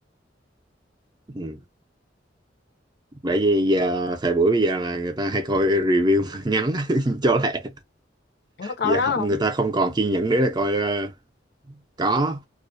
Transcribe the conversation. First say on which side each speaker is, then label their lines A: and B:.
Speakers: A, on the right (about 25°); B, on the left (about 60°).
A: ừ. bởi vì giờ thời buổi bây giờ là người ta hay coi review <laughs> ngắn <laughs> cho lẹ
B: bạn có coi
A: giờ
B: đó
A: họ- người
B: không
A: ta không còn kiên nhẫn nữa là coi ờ, có